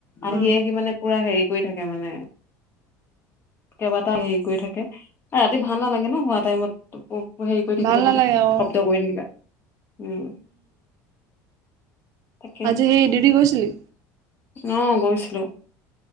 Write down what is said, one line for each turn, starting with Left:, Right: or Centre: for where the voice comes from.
Left: আহি-আহি
Right: উম,
Left: মানে পুৰা হেৰি কৰি থাকে মানে। কেইবাটাও হেৰি কৰি থাকে, ৰাতি ভাল নালাগে ন হোৱা টাইমত হেৰি কৰি থাকিলে
Right: ভাল নালাগে
Left: মানে,
Right: অ'
Left: শব্দ কৰি থাকিলে। উম। তাকে
Right: আজি সেই ডিউটি গৈছিলি?
Left: অ', গৈছিলোঁ